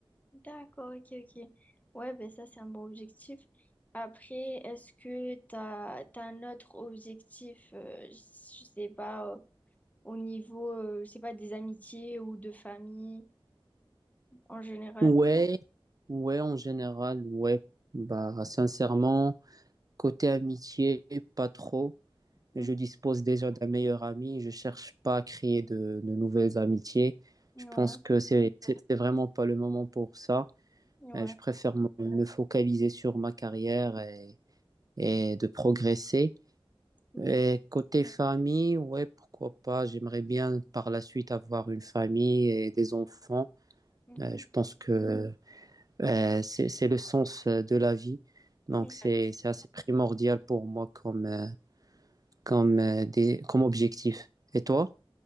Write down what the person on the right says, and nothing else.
Ouais, ouais, en général, ouais. Bah, sincèrement, côté amitié, pas trop. Je
dispose déjà d'un meilleur ami. Je cherche pas à créer de, de nouvelles amitiés.
Je pense que c'est c'est c'est vraiment pas le moment pour ça.
Euh, je préfère me me focaliser sur ma carrière et, et de progresser.
Et côté famille, ouais, pourquoi pas. J'aimerais bien par la suite avoir une famille et des enfants.
Euh, je pense que euh, c'est, c'est le sens euh, de la vie. Donc
c'est, c'est assez primordial pour moi comme, euh, comme, euh, des, comme objectif. Et toi?